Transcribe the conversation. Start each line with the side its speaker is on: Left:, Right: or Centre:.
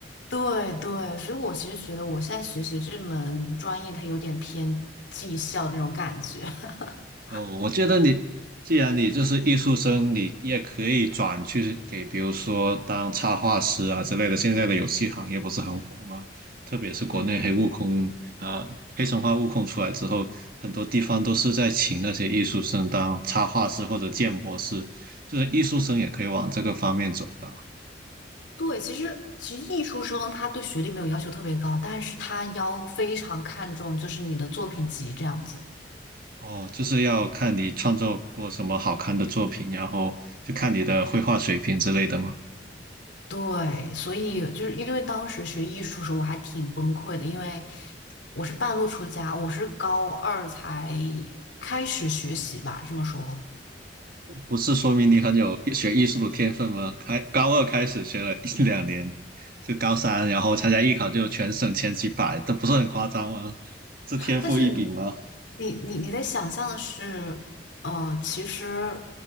Left: 对对，所以我其实觉得我现在学习这门专业，它有点偏技校那种感觉。<laughs>
Right: 哦，我觉得你既然你就是艺术生，你也可以转去给，比如说当插画师啊之类的。现在的游戏行业不是很火吗？特别是国内黑悟空，
Left: 嗯，
Right: 呃，黑神话悟空出来之后，很多地方都是在请那些艺术生当插画师或者建模师，就是艺术生也可以往这个方面走吧。
Left: 对，其实其实艺术生他对学历没有要求特别高，但是他要非常看重就是你的作品集这样子。
Right: 哦，就是要看你创作过什么好看的作品，然后就看你的绘画水平之类的嘛。
Left: 对，所以就是因为当时学艺术的时候，我还挺崩溃的，因为我是半路出家，我是高二才开始学习吧，这么说。
Right: 不是说明你很有艺学艺术的天分吗？开高二开始学了一两年，就高三，然后参加艺考就全省前几百，这不是很夸张吗？这天赋异禀吗？
Left: 但是你你你你在想象的是，呃，其实，